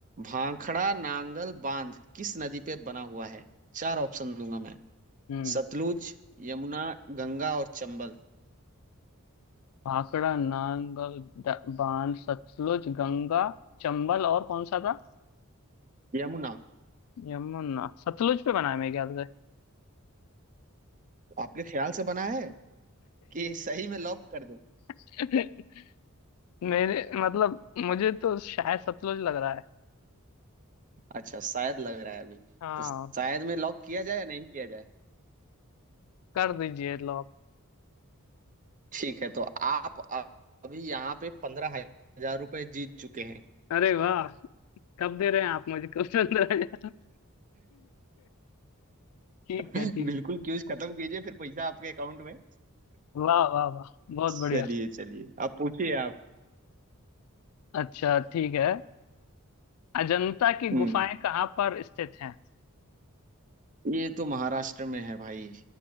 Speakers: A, on the right (about 35°); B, on the left (about 75°).
A: भाखड़ा नांगल बांध किस नदी पे बना हुआ है चार ऑप्शन दूंगा मैं
B: हम्म
A: सतलुज यमुना गंगा और चंबल
B: भाखड़ा नांगल द- बांध सतलुज गंगा चंबल और कौन सा था
A: यमुना
B: यमुना सतलुज पे बना है मेरे ख्याल
A: आपके ख्याल से बना है कि सही में लॉक कर दो
B: से <laughs> मेरे मतलब मुझे तो शायद सतलुज लग रहा है
A: अच्छा शायद लग रहा है अभी
B: हाँ
A: तो शायद में लॉक किया जाए या नहीं किया जाए
B: कर दीजिए लॉक
A: ठीक है तो आप अ- अभी यहाँ पे पंद्रह हजार रुपए जीत चुके हैं
B: अरे वाह कब दे रहे हैं आप मुझको <laughs> 15000 ठीक
A: <laughs>
B: है ठीक
A: बिल्कुल क्यूज खत्म कीजिए फिर पैसा आपके अकाउंट में
B: वाह वाह वाह बहुत
A: चलिए
B: बढ़िया
A: चलिए आप पूछिए आप
B: अच्छा ठीक है अजंता की
A: हम्म
B: गुफाएं कहाँ पर स्थित हैं
A: ये तो महाराष्ट्र में है भाई